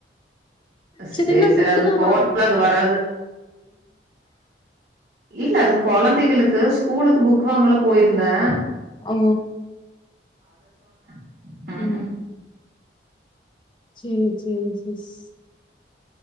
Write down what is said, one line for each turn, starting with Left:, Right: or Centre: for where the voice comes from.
Left: நேத்
Right: சேரி
Left: என்ன
Right: சேரி
Left: புக்
Right: அது
Left: எல்லா
Right: போல
Left: வாங்கனீங்களா
Right: அது வராது இல்ல அது கொழந்தைகளுக்கு ஸ்கூலுக்கு புக் வாங்கலாம் போயிருந்தே
Left: ஓ
Right: க்கு
Left: ம் சேரி சேரி சிஸ்